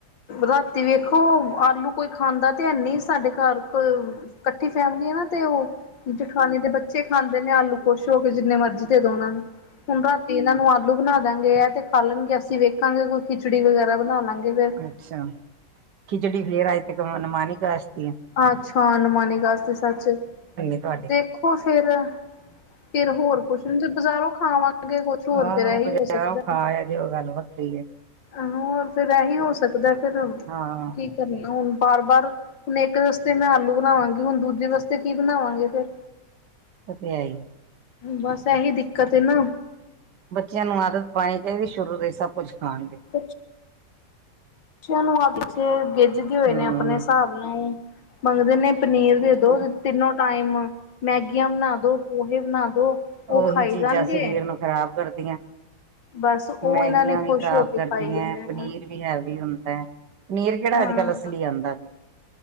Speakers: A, on the left (about 85°); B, on the right (about 70°).
A: ਰਾਤੀ ਵੇਖੋ ਆਲੂ ਕੋਈ ਖਾਂਦਾ ਤੇ ਹੈਨੀ ਸਾਡੇ ਘਰ ਕੋ ਇਕੱਠੀ ਫੈਮਲੀ ਏ ਨਾ ਤੇ ਉਹ ਜਠਾਣੀ ਦੇ ਬੱਚੇ ਖਾਂਦੇ ਨੇ ਆਲੂ ਖੁਸ਼ ਹੋ ਕੇ ਜਿੰਨੇ ਮਰਜ਼ੀ ਦੇ ਓਨਾਂ ਨੂੰ, ਹੁਣ ਰਾ ਤੇ ਇਹਨਾਂ ਨੂੰ ਆਲੂ ਬਣਾ ਦਾਂਗੇ ਆ ਤੇ ਖਾ ਲੈਣਗੇ, ਅਸੀਂ ਵੇਖਾਂਗੇ ਕੋਈ ਖਿਚੜੀ ਵਗੈਰਾ ਬਣਾ ਲਾ ਗੇ ਫੇਰ।
B: ਅੱਛਾ, ਖਿਚੜੀ ਫੇਰ ਆਏ ਤੇ ਅਨੁਮਾਨੀ ਗਾਸਤੀ ਆ।
A: ਅੱਛਾ ਅਨੁਮਾਨੀ ਗਾਸਤੀ ਸੱਚ,
B: ਤੁਹਾਡੇ
A: ਦੇਖੋ ਫੇਰ ਫੇਰ ਹੋਰ ਕੁਛ ਨੀ ਤੇ ਬਜ਼ਾਰੋਂ ਖਾਵਾਂਗੇ ਕੁਛ ਹੋਰ
B: ਆਹ
A: ਫਿਰ ਐਹੀ
B: ਬਜ਼ਾਰੋਂ
A: ਹੋ ਸਕਦਾ।
B: ਖਾ ਆਏ ਤੇ ਉਹ ਗੱਲ ਵੱਖਰੀ ਏ।
A: ਆਹੋ ਹੋਰ ਫਿਰ ਐਹੀ ਹੋ ਸਕਦਾ ਫੇਰ
B: ਹਾਂ
A: ਕੀ ਹੁਣ ਬਾਰ-ਬਾਰ ਹੁਣ ਇੱਕ ਵਾਸਤੇ ਮੈਂ ਆਲੂ ਬਣਾਵਾਂਗੀ, ਹੁਣ ਦੂਜੇ ਵਾਸਤੇ ਕੀ ਬਣਾਵਾਂਗੇ ਫੇਰ।
B: ਓ ਤੇ ਹੈ ਈ ਏ।
A: ਬਸ ਐਹੀ ਦਿੱਕਤ ਏ ਨਾ
B: ਬੱਚਿਆਂ ਨੂੰ ਆਦਤ ਪਾਣੀ ਚਾਈਦੀ ਸ਼ੁਰੂ ਤੋਂ ਹੀ ਸਭ ਕੁੱਝ ਖਾਣ ਦੀ।
A: ਅੱਛਾ ਬੱਚਿਆਂ ਨੂੰ ਅਜ ਗਿੱਝ ਗਏ ਹੋਏ
B: ਹਮ
A: ਨੇ ਆਪਣੇ ਸਾਬ ਨਾਲ ਮੰਗਦੇ ਨੇ। ਪਨੀਰ ਦੇ
B: ਹੋਰ
A: ਦੋ ਤਿੰਨੋ ਟਾਈਮ, ਮੈਗੀਆਂ ਬਣਾ ਦੋ, ਪੋਹੇ ਬਣਾ ਦੋ। ਉਹ
B: ਓਹੀ
A: ਖਾਈ
B: ਚੀਜ਼ਾਂ
A: ਜਾਣਗੇ
B: ਸਰੀਰ ਨੂੰ ਖ਼ਰਾਬ ਕਰਦੀਆਂ।
A: ਬਸ ਉਹ
B: ਮੈਗੀਆਂ
A: ਇਹਨਾਂ ਨੇ
B: ਵੀ
A: ਖੁਸ਼
B: ਖਰਾਬ
A: ਹੋ ਕੇ
B: ਕਰਦੀਆਂ,
A: ਖਾਈ ਜਾਣੇ
B: ਪਨੀਰ ਵੀ ਹੈਵੀ ਹੁੰਦਾ। ਪਨੀਰ ਕੇੜਾ
A: ਹਾਂ
B: ਅੱਜ ਕੱਲ੍ਹ ਅਸਲੀ ਆਂਦਾ।